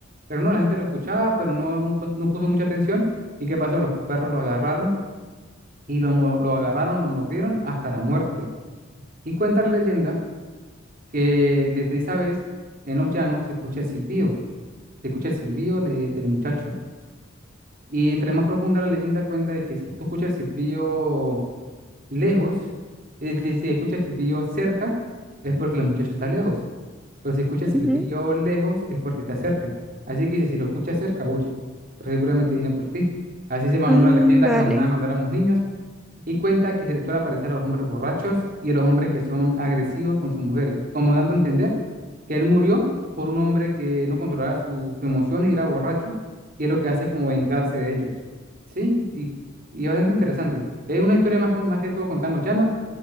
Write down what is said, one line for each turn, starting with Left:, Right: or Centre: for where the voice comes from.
Right: Pero no, la gente lo escuchaba, pero no, no, pu- no puso mucha atención. ¿Y qué pasó? Los perros lo agarraron y lo, mo- lo agarraron, lo mordieron hasta la muerte. Y cuenta la leyenda que desde esa vez en los llanos se escucha el silbido, se escucha el silbido de- del muchacho. Y entre más profunda la leyenda cuenta de que si tú escuchas el silbido lejos, es decir, si se escucha el silbido cerca, es porque el muchacho está lejos. Pero si escucha
Centre: Ujú.
Right: el silbido lejos, es porque está cerca. Así que dice, si lo escuchas cerca, huye, pero seguramente viene por ti. Así se mamó
Centre: Mm,
Right: una leyenda
Centre: vale.
Right: que nos contaban cuando éramos niños y cuenta que se le suele aparecer a los hombres borrachos y a los hombres que son agresivos con sus mujeres, como dando a entender que él murió por un hombre que no controlaba sus emociones y era borracho, y es lo que hace como vengarse de ellos. ¿Sí? Y, y bastante interesante. Es una historia más, con- más que todo contar en los llanos